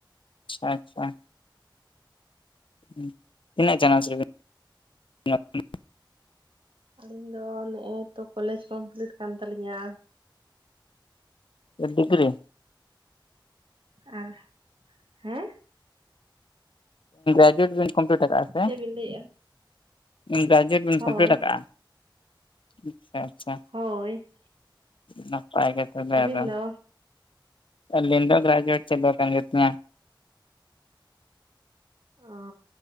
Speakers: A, on the left (about 80°); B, on the right (about 85°).
A: ᱟᱪᱪᱷᱟ ᱦᱩ ᱛᱤᱱᱟᱹᱜ ᱪᱟᱱᱟᱡ ᱨᱮᱱᱤᱱ <inaudible>
B: ᱟᱞᱤᱧ ᱫᱚ ᱱᱮᱜᱼᱮ ᱛᱚ ᱠᱚᱞᱮᱡᱽ ᱠᱚᱢᱯᱤᱞᱤᱴ ᱠᱟᱱ ᱛᱟᱹᱞᱤᱧᱟ᱾
A: ᱟᱹᱵᱤᱜᱨᱤ ᱨᱮ
B: ᱟᱨ ᱦᱮᱸ
A: ᱟᱡᱮᱴ ᱵᱮᱱ ᱠᱚᱢᱯᱞᱤᱴ ᱟᱠᱟᱫᱼᱟ ᱥᱮ
B: ᱪᱮᱫ ᱵᱤᱱ ᱞᱟᱹᱭᱮᱜᱼᱟ
A: ᱜᱨᱮᱡᱩᱭᱮᱴ ᱵᱮᱱ
B: ᱦᱳᱭ
A: ᱠᱚᱢᱯᱞᱤᱴ ᱟᱠᱟᱜᱼᱟ ᱟᱪᱪᱷᱟ ᱟᱪᱪᱷᱟ
B: ᱦᱳᱭ
A: ᱱᱟᱯᱟᱭ ᱜᱮ ᱛᱚᱵᱮ
B: ᱟᱹᱵᱤᱱ
A: ᱟᱫᱚ
B: ᱫᱚ
A: ᱟᱞᱤ ᱫᱚ ᱜᱨᱡᱩᱭᱮᱡᱮᱴ ᱪᱟᱵᱟ ᱠᱟᱱ ᱜᱮᱛᱚ
B: ᱚ